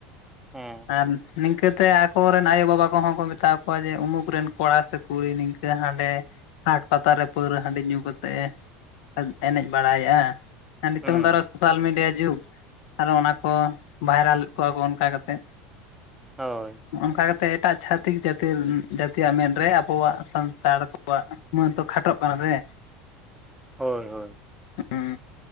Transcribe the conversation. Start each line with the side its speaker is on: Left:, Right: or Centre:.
Centre: ᱦᱮᱸ
Left: ᱟᱨ ᱱᱤᱝᱠᱟᱹᱛᱮ ᱟᱠᱚᱨᱮᱱ ᱟᱭᱳ ᱵᱟᱵᱟ ᱠᱚᱦᱚᱸ ᱠᱚ ᱢᱮᱛᱟ ᱠᱚᱣᱟ ᱡᱮ ᱩᱢᱩᱠ ᱨᱮᱱ ᱠᱚᱲᱟ ᱥᱮ ᱠᱩᱲᱤ ᱱᱤᱝᱠᱟᱹ ᱦᱟᱸᱰᱮ ᱦᱟᱴ ᱯᱟᱛᱟᱨᱮ ᱯᱟᱹᱣᱨᱟᱹ ᱦᱟᱺᱰᱤ ᱧᱩ ᱠᱟᱛᱮᱫ ᱮ ᱮᱱᱮᱡ ᱵᱟᱲᱟᱭᱮᱫᱼᱟ᱾ ᱟᱨ ᱱᱤᱛᱚᱝ
Centre: ᱦᱮᱸ
Left: ᱫᱚ ᱟᱨᱚ ᱥᱳᱥᱟᱞ ᱢᱤᱰᱤᱭᱟ ᱡᱩᱜᱽ ᱟᱨᱚ ᱚᱱᱟ ᱠᱚ ᱵᱷᱟᱭᱨᱟᱞᱮᱫ ᱠᱚᱣᱟ ᱠᱚ ᱚᱱᱠᱟ ᱠᱟᱛᱮ,
Centre: ᱦᱳᱭ
Left: ᱚᱱᱠᱟ ᱠᱟᱛᱮᱜ ᱮᱴᱟᱜ ᱪᱷᱟᱹᱛᱤᱠ ᱡᱟᱹᱛᱤ ᱡᱟᱹᱛᱤᱭᱟᱜ ᱢᱮᱫ ᱨᱮ ᱟᱵᱚᱣᱟᱜ ᱥᱟᱱᱛᱟᱲ, ᱟᱵᱚᱣᱟᱜ ᱢᱟᱹᱱ ᱛᱚ ᱠᱷᱟᱴᱚᱜ ᱠᱟᱱᱟ ᱥᱮ᱾
Centre: ᱦᱳᱭ ᱦᱳᱭ
Left: ᱦᱩᱸᱜ